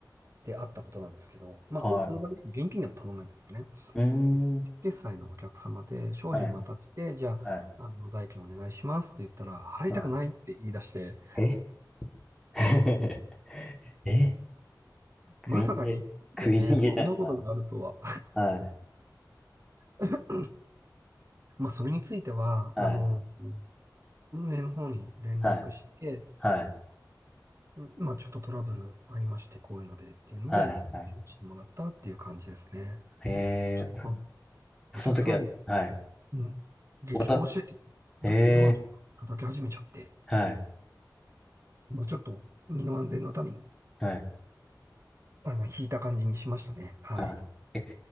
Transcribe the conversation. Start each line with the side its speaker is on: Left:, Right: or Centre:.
Right: であったことなんですけど、まあ、
Centre: は
Right: ウーバーです。現金でも頼めるんですね。
Centre: い。うー
Right: で決済のお客様で商品渡して、
Centre: ん。はい。
Right: じゃあ、
Centre: はい。
Right: あの、代金お願いしますって言ったら、払いたくないって言い出して、
Centre: はい。え <laughs> え食い逃げ、
Right: まさか日本でね、
Centre: 食い逃げじゃないですか。
Right: そんなことがあるとは。
Centre: はい、
Right: <laughs> まあ、それについては、
Centre: はい、
Right: あの、運営の方に連絡して、
Centre: はい、はい、
Right: うんまあ、ちょっとトラブルありまして、こういうのでっていうので、
Centre: はい、はい。は
Right: してもらったっていう感じですね。
Centre: いえー、
Right: ちょっと、お客さん
Centre: そ、その時は、はい。
Right: うん。激高してて、
Centre: 渡、へえ
Right: ド、ドアとか叩き始めちゃって、
Centre: ー、はい、
Right: まあ、ちょっと身の安全のために、
Centre: はい、
Right: あの、引いた感じにしましたね。はい。
Centre: はい。え、